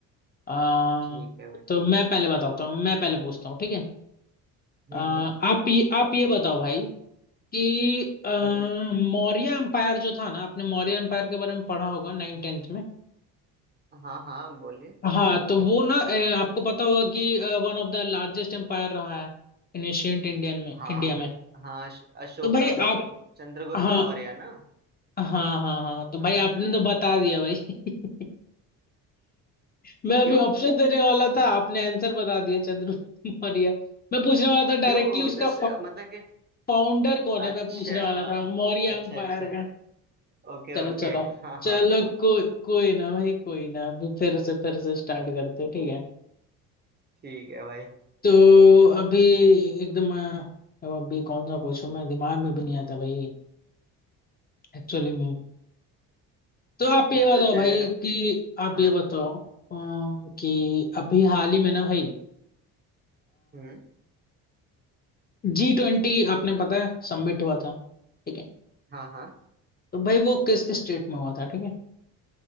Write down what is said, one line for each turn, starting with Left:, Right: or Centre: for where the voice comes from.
Left: आ,
Right: ठीक है भाई
Left: तो मैं पहले बताता हूँ मैं पहले पूछता हूँ ठीक है
Right: हम्म
Left: अ, आप
Right: हम्म
Left: ये आप ये बताओ भाई कि अ,
Right: हम्म।
Left: मौर्य एम्पायर जो था ना आपने मौर्य एम्पायर के बारे में पढ़ा होगा नाइन टेंथ में
Right: हाँ हाँ बोलिए
Left: हाँ तो वो ना अ, आपको पता होगा कि one of the largest empire रहा है इन एशियंट इंडियन में
Right: हाँ
Left: इंडिया में
Right: हाँ अश- अशोका
Left: तो भाई
Right: मौ-
Left: आप
Right: चंद्रगुप्त
Left: हाँ
Right: मौर्य ना
Left: हाँ हाँ हाँ तो
Right: हाँ
Left: भाई
Right: हाँ
Left: आपने तो बता दिया भाई <laughs> मैं अभी
Right: क्यों
Left: ऑप्शन देने वाला था आपने आंसर बता दिया चंद्रगुप्त मौर्य मैं पूछने वाला था डायरेक्टली
Right: क्यों उस,
Left: उसका
Right: इस, मतलब कि
Left: फाउंडर कौन
Right: अच्छा
Left: है मैं पूछने वाला था मौर्य
Right: अच्छा
Left: एम्पायर
Right: अच्छा Okay
Left: चलो
Right: okay
Left: चलो
Right: हाँ
Left: चलो
Right: हाँ
Left: कोई कोई ना भाई कोई ना अभी फिर से फिर से स्टार्ट करते हैं ठीक है
Right: ठीक है भाई
Left: तो अभी एकदम अ, अब अभी कौन सा पूछूं मैं दिमाग में भी नहीं आता भाई एक्चुअली में तो आप
Right: पूछो
Left: ये बताओ
Right: जय
Left: भाई कि आप
Right: हाँ
Left: ये बताओ अम, कि अभी हाल ही में ना भाई
Right: हम्म
Left: जी ट्वेंटी आपने पता है सबमिट हुआ था ठीक है
Right: हाँ हाँ
Left: तो भाई वो किस स्टेट में हुआ था ठीक है